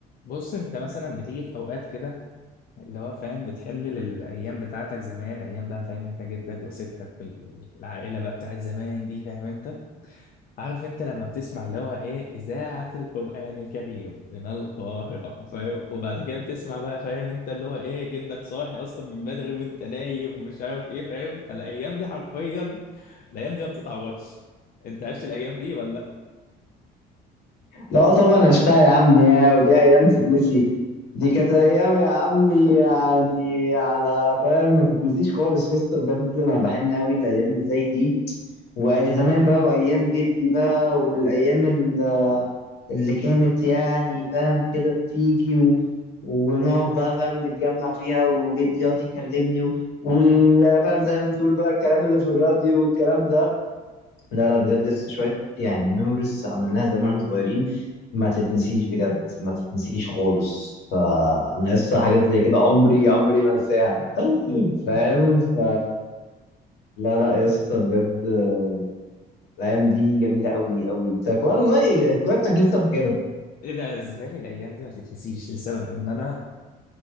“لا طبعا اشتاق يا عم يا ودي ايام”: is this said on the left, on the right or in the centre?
Left